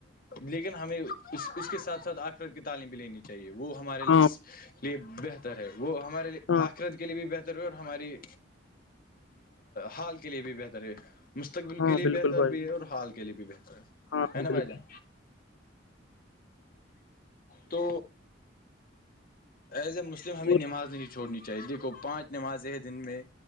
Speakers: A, on the left; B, on the left.
A: لیکن ہمیں اس اس کے ساتھ ساتھ آخرت کی تعلیم بھی لینی چاہیے وہ ہمارے
B: ہاں
A: اس لیے بہتر ہے وہ ہمارے لیے
B: ہاں
A: آخرت کے لیے بھی بہتر پھر ہماری حال کے لیے بھی بہتر ہے مستق
B: ہاں
A: کے لیے
B: بالکل
A: بہتر
B: بھائی
A: بھی ہے اور حال کے لیے بھی بہتر ہے
B: ہاں
A: ہے
B: ہاں
A: نا بھائی
B: بالکل
A: جان تو ایجے مسلم ہمیں
B: اور
A: نماز نہیں چھوڑنی چاہیے دیکھو پانچ نمازیں ہیں دن میں